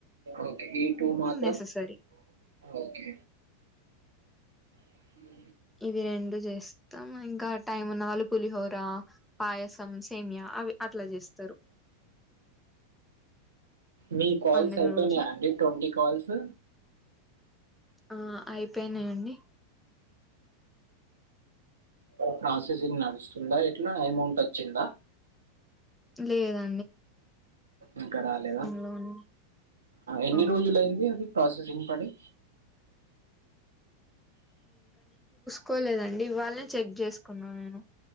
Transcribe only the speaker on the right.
ఓకే ఈ టూ మాత్రం
ఓకే ఉ
మీ కాల్స్
అయిపోయినాయా
అండి ట్వంటీ కాల్స్
ప్రాసెసింగ్ నడుస్తుందా ఎట్లా అమౌంట్ వచ్చిందా
ఇంకా రాలేదా
ఎన్ని
రోజులుయింది అది ప్రాసెసింగ్ పని